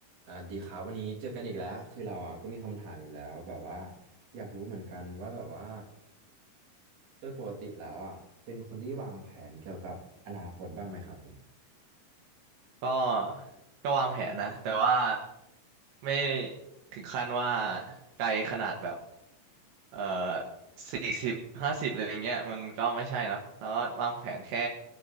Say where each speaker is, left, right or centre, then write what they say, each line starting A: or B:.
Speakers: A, on the right (about 40°); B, on the right (about 70°).
A: อ่าดีครับวันนี้เจอกันอีกแล้วคือเราอ่ะก็มีคำถามอีกแล้วแบบว่าอยากรู้เหมือนกันว่าแบบว่าโดยปกติแล้วอ่ะเป็นคนที่วางแผนเกี่ยวกับอนาคตบ้างไหมครับผม
B: ก็ก็วางแผนนะแต่ว่าไม่ถึงขั้นว่าไกลขนาดแบบเอ่อสี่สิบห้าสิบอะไรอย่างเงี้ยมันก็ไม่ใช่เนาะแล้วก็วางแผนแค่